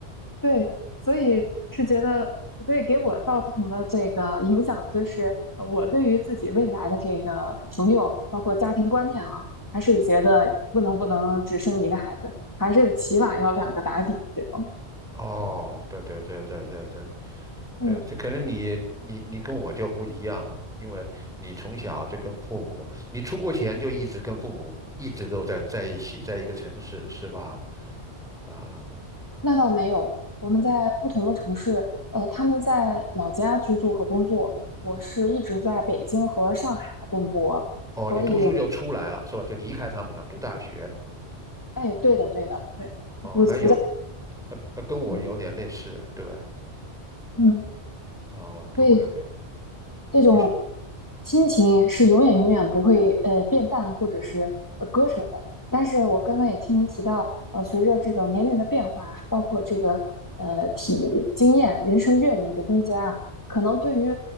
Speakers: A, on the left (about 15°); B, in the centre.
A: 对，所以是觉得，所以给我造成的这个影响，就是呃我对于自己未来的这个朋友，包括家庭观念啊，还是觉得不能不能只生一个孩子，还是起码要两个打底这样。
B: 哦，对对对对对对。对，
A: 嗯
B: 这可能你你你跟我就不一样，因为你从小就跟父母，你出国前就一直跟父母一直都在在一起，在一个城市，是吧？啊。
A: 那倒没有，我们在不同的城市，呃，他们在老家居住和工作，我是一直在北京和上海奔波，
B: 哦，
A: 所以，
B: 你读书就出来了是吧？就离开他们了，读大学。
A: 哎，对的，对的，对，
B: 哦，
A: 就不不在，
B: 那有，那那跟我有点类似，
A: 嗯，
B: 对，
A: 嗯
B: 哦，跟我有点，
A: 所以。这种
B: 你是
A: 亲情是永远永远不会呃变淡或者是呃割舍的。但是我刚刚也听您提到，呃，随着这个年龄的变化，包括这个呃体经验、人生阅历的增加，可能对于